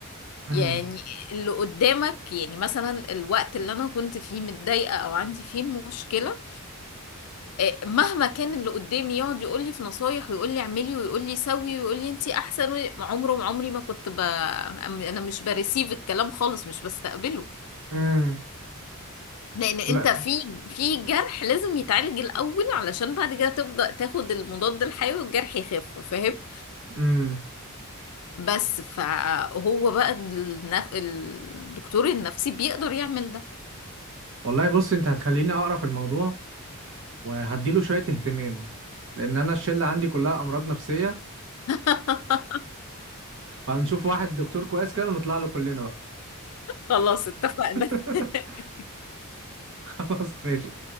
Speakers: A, on the right; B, on the left.
A: مم.
B: يعني اللي قدامك يعني مثلا الوقت اللي انا كنت فيه متضايقه او عندي فيه المشكله آه، مهما كان اللي قدامي يقعد يقول لي في نصايح ويقول لي اعملي ويقول لي سوي ويقول لي انتي احسن وي- عمره عمري ما كنت ب... انا مش بريسيف الكلام خالص مش بستقبله
A: مم.
B: لان انت
A: لا
B: في في جرح لازم يتعالج الاول علشان بعد كده تبدا تاخد المضاد الحيوي والجرح يخف فاهم
A: مم.
B: بس فهو بقى النف... الدكتور النفسي بيقدر يعمل ده
A: والله بص انت هتخليني اقرا في الموضوع وهديله شويه اهتمام لان انا الشله عندي كلها امراض نفسيه
B: <laughs>
A: هنشوف واحد دكتور كويس كده ونطلع له كلنا بقى
B: خلاص اتفقنا
A: <laughs>
B: <laughs>
A: خلاص ماشي